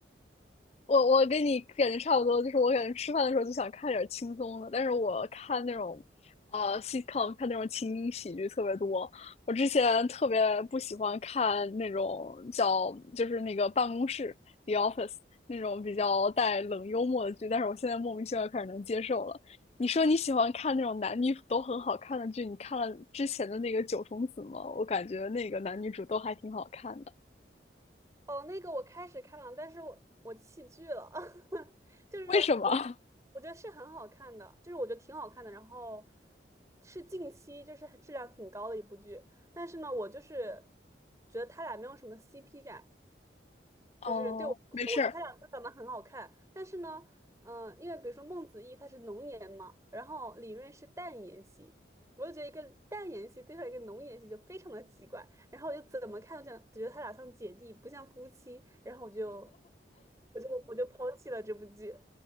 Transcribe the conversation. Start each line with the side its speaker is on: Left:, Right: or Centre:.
Left: 我我跟你感觉差不多，就是我感觉吃饭的时候就想看点轻松的，但是我看那种呃 sitcom，看那种情景喜剧特别多。我之前特别不喜欢看那种叫就是那个办公室 The Office 那种比较带冷幽默的剧，但是我现在莫名其妙开始能接受了。你说你喜欢看那种男女主都很好看的剧，你看了之前的那个九重紫吗？我感觉那个男女主都还挺好看的，
Right: 哦，那个我开始看了，但是我我弃剧了，<laughs> 就是我
Left: 为什么？<laughs>
Right: 我觉得是很好看的，就是我觉得挺好看的，然后是近期就是很质量挺高的一部剧，但是呢，我就是觉得他俩没有什么 CP 感，就是对我来说，
Left: 哦，没事儿。
Right: 我觉得他俩都长得很好看，但是呢，嗯、因为比如说孟子义他是浓颜嘛，然后李锐是淡颜系，我就觉得一个淡颜系对上一个浓颜系就非常的奇怪，然后我就怎么看都这觉得他俩像姐弟，不像夫妻，然后我就我就我就抛弃了这部剧。